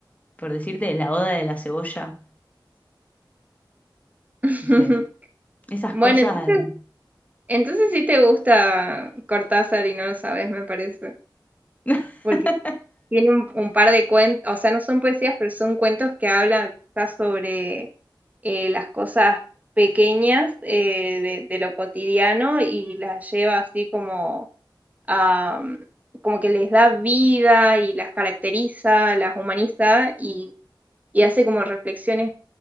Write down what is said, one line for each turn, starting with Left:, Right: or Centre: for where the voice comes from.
Left: por decirte, la oda de la cebolla,
Right: <laughs>
Left: no sé, Esas
Right: Bueno,
Left: cosas.
Right: entonces Entonces sí te gusta Cortázar y no lo sabes, me parece,
Left: <laughs>
Right: porque tiene un, un par de cuentos, o sea, no son poesías, pero son cuentos que hablan quizás sobre eh, las cosas pequeñas eh, de, de lo cotidiano y las lleva así como a, mm, como que les da vida y las caracteriza, las humaniza y, y hace como reflexiones